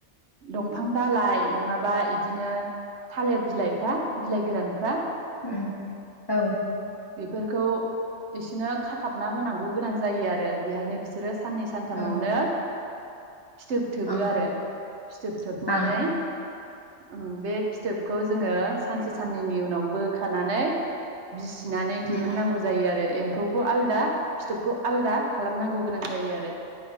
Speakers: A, on the right (about 75°); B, on the left (about 25°).
A: दंफां दालाइ नङाबा इदिनो थालिर बिलाइफ्रा बिलाइ गोरानफ्रा
B: उम औ
A: बेफोरखौ इसोनो खाथाबना होनांगौ गोनां जायो आरो बेहायनो बिसोरो साननै सानथामावनो
B: उम
A: फिथोब थोबो
B: औ ओं
A: आरो फिथोब थोबनानै
B: ओं
A: ओं बे फिथोबखौ जोंङो सानसे साननैनि उनावबो थानानै बिसिनानै दिरुननांगौ
B: उम
A: जायो आरो ए म्फौखौ आलदा फिथोबखौ आलदा खालामनांगौ गोनां जायो आरो।